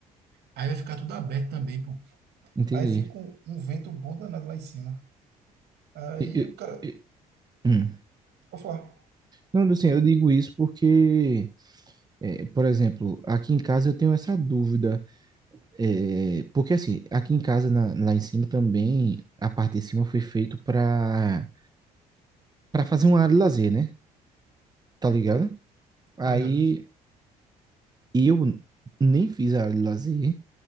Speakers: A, on the right; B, on the right.
A: Aí vai ficar tudo aberto também, pô.
B: entendi.
A: Aí fica um, um vento bom danado lá em cima. Aí
B: E- e-
A: o cara,
B: e- hum.
A: pode falar.
B: Não, assim, eu digo isso porque, é, por exemplo, aqui em casa eu tenho essa dúvida. é, porque assim, aqui em casa, na- lá em cima também, a parte de cima foi feito para para fazer uma área de lazer, né? Tá ligado? Aí
A: Obrigado.
B: eu nem fiz a área de lazer,